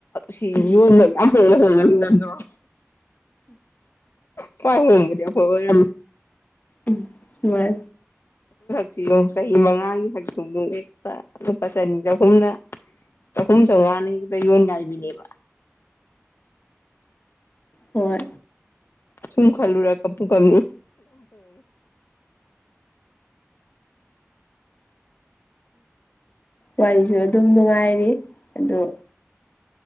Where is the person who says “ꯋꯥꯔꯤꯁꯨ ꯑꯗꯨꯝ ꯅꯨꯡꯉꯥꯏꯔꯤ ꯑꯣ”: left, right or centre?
Left